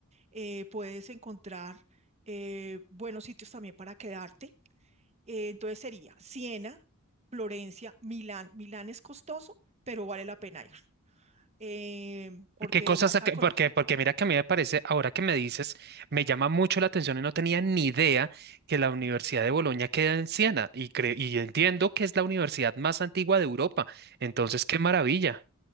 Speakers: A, on the right (about 30°); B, on the right (about 45°).
A: Eh, puedes encontrar eh, buenos sitios también para quedarte. Eh, entonces sería Siena, Florencia, Milán. Milán es costoso, pero vale la pena ir, em, porque
B: ¿Qué cosas?
A: vas
B: saca-
A: a conocer.
B: Porque, porque mira que a mí me parece, ahora que me dices, me llama mucho la atención y no tenía ni idea que la Universidad de Bolonia queda en Siena y, cre- y entiendo que es la universidad más antigua de Europa. Entonces, qué maravilla.